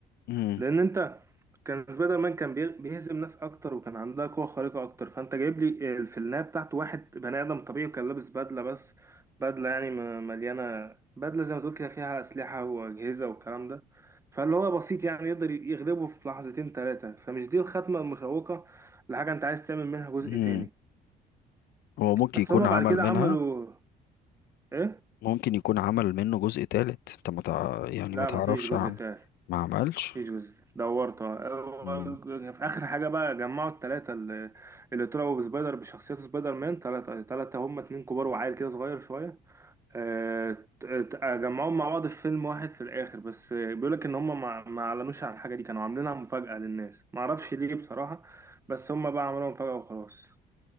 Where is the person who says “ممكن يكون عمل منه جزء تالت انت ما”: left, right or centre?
Left